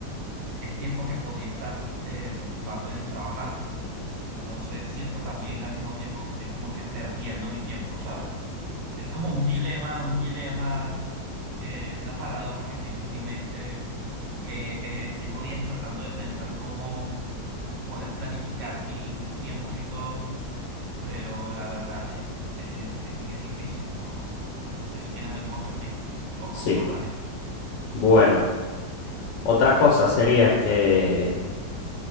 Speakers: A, on the right; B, on the left.
A: es tiempo que podría estar eh, ocupando en trabajar. Entonces siento también al mismo tiempo que estoy como que perdiendo mi tiempo, ¿sabes? Es como un dilema, un dilema que, una paradoja que tengo en mi mente, que eh, tengo días tratando de pensar cómo poder planificar mi, mis tiempos y todo, pero la verdad es, eh, es que es difícil. No, no, no sé si tienes algún otro tip o consejo
B: Sí.
A: para mí.
B: Bueno, otra cosa sería que